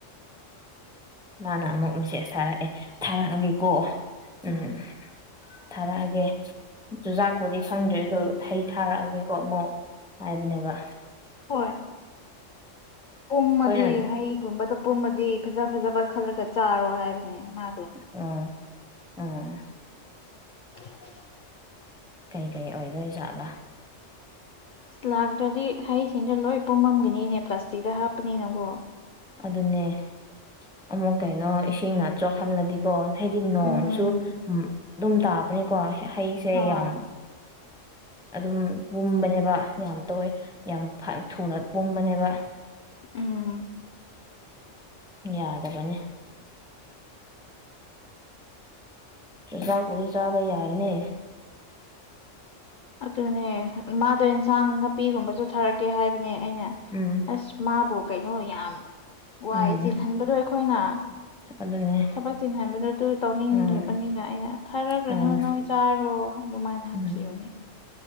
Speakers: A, in the centre; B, on the left.
A: ꯃꯥꯅ ꯑꯃꯨꯛ ꯃꯦꯁꯦꯠꯁ ꯊꯥꯔꯛꯑꯦ ꯊꯥꯔꯛꯑꯒꯦꯀꯣ ꯎꯝ ꯊꯔꯛꯑꯒꯦ ꯆꯨꯖꯥꯛꯄꯨꯗꯤ ꯈꯪꯗ꯭ꯔꯦꯗꯣ ꯍꯩ ꯊꯥꯔꯛꯑꯒꯦꯀꯣ ꯑꯃꯨꯛ ꯍꯥꯏꯕꯅꯦꯕ
B: ꯍꯣꯏ ꯄꯨꯡꯃꯗꯤ
A: ꯑꯩꯈꯣꯏꯅ
B: ꯍꯩꯒꯨꯝꯕꯗꯣ ꯄꯨꯝꯃꯗꯤ ꯐꯖ ꯐꯖꯕ ꯈꯜꯂꯒ ꯆꯥꯔꯣꯏ ꯍꯥꯏꯕꯅꯦ ꯃꯥ
A: ꯎꯝ ꯎꯝ
B: <unintelligible>
A: ꯀꯩꯀꯩ ꯑꯣꯏꯗꯣꯏꯖꯥꯠꯂꯥ
B: ꯂꯥꯛꯇ꯭ꯔꯗꯤ ꯍꯩꯁꯤꯡꯗꯣ ꯂꯣꯏ ꯄꯨꯝꯃꯝꯒꯅꯤꯅꯦ ꯄ꯭ꯂꯥꯁꯇꯤꯛꯇ ꯍꯥꯞꯄꯅꯤꯅꯀꯣ
A: ꯑꯗꯨꯅꯦ ꯑꯃꯨꯛ ꯀꯩꯅꯣ ꯏꯁꯤꯡꯅ ꯆꯣꯛꯍꯜꯂꯗꯤꯀꯣ ꯍꯥꯏꯗꯤ ꯅꯣꯡꯁꯨ
B: ꯎꯝ
A: ꯎꯝ ꯑꯗꯨꯝ ꯇꯥꯕꯅꯤꯀꯣ ꯍꯩꯁꯦ
B: ꯍꯣꯏ
A: ꯌꯥꯝ <unintelligible> ꯑꯗꯨꯝ ꯄꯨꯝꯕꯅꯦꯕ ꯌꯥꯝ ꯇꯧꯋꯦ ꯌꯥꯝ ꯊꯨꯅ ꯄꯨꯝꯕꯅꯦꯕ
B: ꯎꯝ
A: ꯌꯥꯗꯕꯅꯦ ꯆꯨꯖꯥꯛꯄꯨꯗꯤ ꯆꯥꯕ ꯍꯥꯏꯅꯦ
B: ꯑꯗꯨꯅꯦ ꯃꯥꯗꯣ ꯏꯟꯁꯥꯡ ꯅꯥꯄꯤꯒꯨꯝꯕꯁꯨ ꯊꯥꯔꯛꯀꯦ ꯍꯥꯏꯕꯅꯦ ꯑꯩꯅ
A: ꯎꯝ
B: ꯑꯁ ꯃꯥꯕꯨ ꯀꯩꯅꯣ ꯌꯥꯝ ꯋꯥꯏ
A: ꯎꯝ
B: ꯆꯤꯟꯍꯟꯕꯗꯣ ꯑꯩꯈꯣꯏꯅ
A: ꯑꯗꯨꯅꯦ
B: ꯊꯕꯛ ꯆꯜꯍꯟꯕꯗꯣ ꯑꯗꯨ ꯇꯧꯅꯤꯡꯗ꯭ꯔꯕꯅꯤꯅ
A: ꯎꯝ
B: ꯑꯩꯅ ꯊꯥꯔꯛꯔꯅꯨ
A: ꯎꯝ
B: ꯅꯣꯏ ꯆꯥꯔꯣ ꯑꯗꯨꯃꯥꯏꯅ ꯍꯥꯏꯈꯤꯕꯅꯦ
A: ꯎꯝ